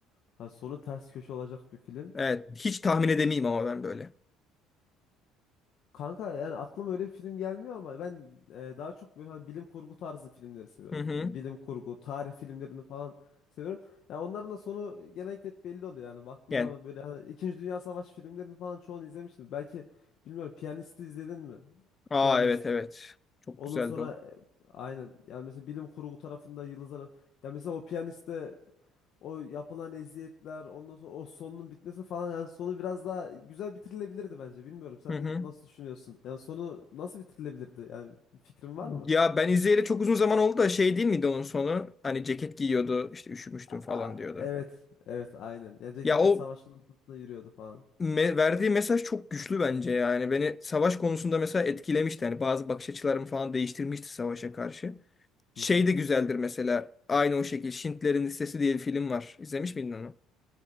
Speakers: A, on the left; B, on the left.
A: Ha, sonu ters köşe olacak bir film.
B: Evet hiç tahmin edemeyim ama ben böyle.
A: Kanka yani aklıma öyle bir film gelmiyor ama ben e, daha çok böyle hani bilim kurgu tarzı filmleri seviyorum.
B: Hı hı.
A: Bilim kurgu, tarih filmlerini falan seviyorum. Ya onların da sonu genellikle hep belli oluyor yani baktığın
B: Yani.
A: zaman böyle hani İkinci Dünya Savaşı filmlerini falan çoğunu izlemiştim. Belki bilmiyorum Piyanist'i izledin mi?
B: Aa
A: Piyanist.
B: evet evet. Çok
A: Ondan
B: güzeldi
A: sonra
B: o.
A: e, aynen yani mesela bilim kurgu tarafında yıldızlar ya mesela o piyaniste o yapılan eziyetler ondan sonra o sonunun bitmesi falan yani sonu biraz daha güzel bitirilebilirdi bence bilmiyorum sen
B: Hı hı.
A: ne- nasıl düşünüyorsun yani sonu nasıl bitirilebilirdi yani bir fikrin var mı?
B: Ya ben izleyeli çok uzun zaman oldu da şey değil miydi onun sonu? Hani ceket giyiyordu işte üşümüştüm falan
A: Aa,
B: diyordu.
A: evet evet aynen ya ceketle
B: Ya o
A: savaşın ortasında yürüyordu falan.
B: Me- verdiği mesaj çok güçlü bence yani. Beni savaş konusunda mesela etkilemişti. Yani bazı bakış açılarımı falan değiştirmişti savaşa karşı. Şey
A: Hı hı.
B: de güzeldir mesela. Aynı o şekilde Schindler'in Listesi diye bir film var. İzlemiş miydin onu?